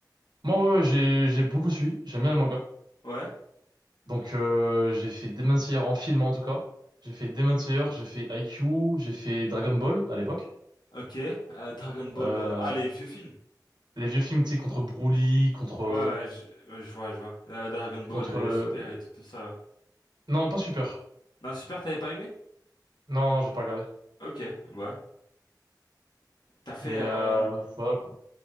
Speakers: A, on the right; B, on the left.
A: Moi, ouais, ouais, j'ai, j'ai beaucoup suivi. J'aime bien les mangas
B: Ouais.
A: Donc euh, j'ai fait Demon Slayer en film en tout cas. J'ai fait Demon Slayer, j'ai fait IQ, j'ai fait Dragon Ball à l'époque.
B: Ok. Euh, Dragon Ball.
A: Euh,
B: euh, Ah, les vieux films.
A: les vieux films, tu sais, contre Broly, contre
B: Ouais, ouais, je, ouais, je vois, je vois. Euh, Dragon Ball,
A: contre
B: euh,
A: le
B: Super et tout, tout ça. ouais.
A: non pas Super.
B: Non, Super, t'avais pas aimé?
A: Non non j'ai pas regardé.
B: Ok, ouais. T'as fait.
A: Mais
B: euh,
A: euh, voilà quoi.